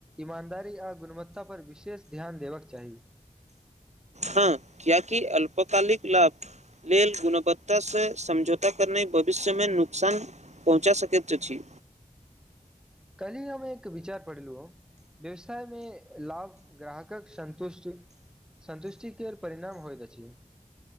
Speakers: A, in the centre; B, on the right.
A: ईमानदारी आ गुणवत्ता पर विशेष ध्यान देबाक चाही।
B: हँ, किएकी अल्पकालिक लाभ। लेल गुणवत्ता सँ समझौता करनाइ भविष्यमे नुकसान। पहुँचा सकैत अछी
A: कल ही हम एक विचार पढ़लू हाँ व्यवसायमे लाभ ग्राहकक सन्तुष्टि। सन्तुष्टि केल परिणाम होइत अछि।